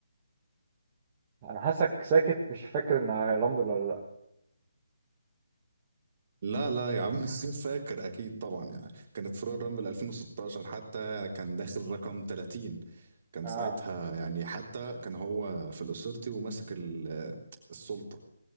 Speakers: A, on the right; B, on the right.
A: انا حاسك ساكت مش فاكر ان رامبل ولا لا
B: لا لا يا عم <laughs> فاكر اكيد طبعا يعني كانت فروع رامبل 2016 حتى كان داخل رقم 30 كان
A: اه
B: ساعتها يعني حتى كان هو في الأسورتي وماسك ال- السلطة